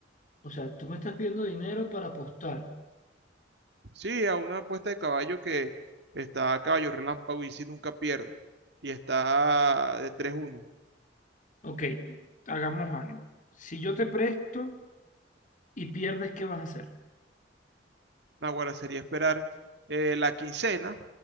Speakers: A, on the left; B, on the right.
A: O sea, tú me estás pidiendo dinero para apostar.
B: Sí, a una apuesta de caballo que está a caballo relámpago y si nunca pierde. Y está de tres uno.
A: Ok, hagamos algo. Si yo te presto y pierdes, ¿qué vas a hacer?
B: Naguará sería esperar eh, la quincena